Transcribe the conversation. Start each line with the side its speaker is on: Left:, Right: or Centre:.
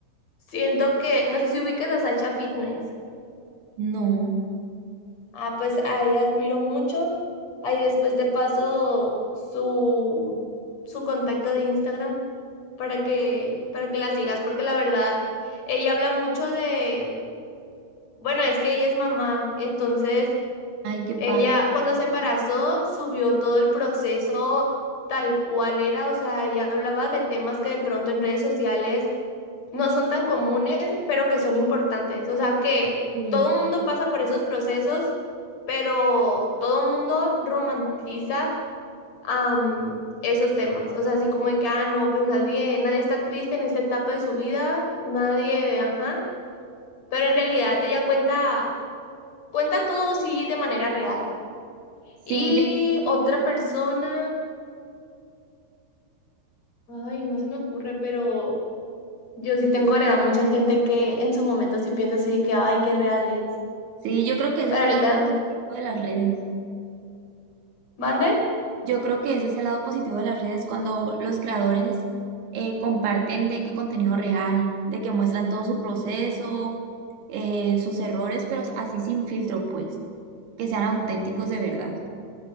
Left: siento que, no sé si ubiques a Sacha Fitness.
Right: No,
Left: Ah, pues a ella admiro mucho. Ahí después te paso su, su contacto de Instagram para que, para que la sigas, porque la verdad, ella habla mucho de, bueno, es que ella es mamá, entonces
Right: ay, qué padre.
Left: Ella, cuando se embarazó, subió todo el proceso tal cual era, o sea, ella hablaba de temas que de pronto en redes sociales no son tan comunes, pero que son importantes. O sea, que
Right: Sí,
Left: todo el mundo pasa por esos procesos, pero todo el mundo romantiza am, esos temas. O sea, así como de que, ah, no, pues nadie, nadie está triste en esta etapa de su vida, nadie, ajá. Pero en realidad ella cuenta, cuenta todo sí de manera real.
Right: sí,
Left: Y
Right: yo,
Left: otra persona, ay, no se me ocurre, pero yo sí tengo agregada mucha gente que en su momento sí piensa así de que, ay, qué real es.
Right: sí, yo creo que ese
Left: Pero
Right: es
Left: ahorita,
Right: el lado positivo de las redes.
Left: ¿mande?
Right: Yo creo que ese es el lado positivo de las redes cuando los creadores eh, comparten de qué contenido real, de que muestran todo su proceso, eh, sus errores, pero así sin filtro, pues, que sean auténticos de verdad.